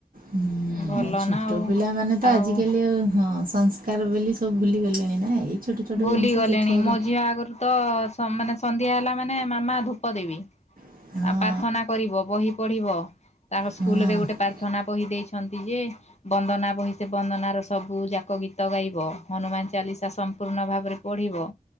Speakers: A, on the right (about 60°); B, on the left (about 45°).
A: ହୁଁ
B: ଭଲ
A: ଛୋଟ
B: ନା ଆଉ,
A: ପିଲାମାନେ ତ
B: ଆଉ
A: ଆଜିକାଲି ହଁ ସଂସ୍କାର ବୋଲି ସବୁ ଭୁଲିଗଲେଣି ନା ଏଇ ଛୋଟ ଛୋଟ
B: ଭୁଲି
A: ଜିନିଷ
B: ଗଲେଣି
A: ଶିଖେଇବା
B: ମଝିରେ ଆଗରୁ ତ ସମାନେ ସନ୍ଧ୍ୟା ହେଲା ମାନେ ମାମା ଧୂପ ଦେବି।
A: କଥା। ହଁ
B: ପ୍ରାର୍ଥନା କରିବ ବହି ପଢ଼ିବ। ତାଙ୍କ ସ୍କୁଲରେ
A: ହଁ
B: ଗୋଟେ ପ୍ରାର୍ଥନା କହି ଦେଇେଛନ୍ତି ଯେ ବନ୍ଦନା ବହି ସେ ବନ୍ଦନାର ସବୁଯାକ ଗୀତ ଗାଇବ ହନୁମାନ ଚାଲିଶା ସ ପୂର୍ଣ୍ଣ ଭାବରେ ପଢିବ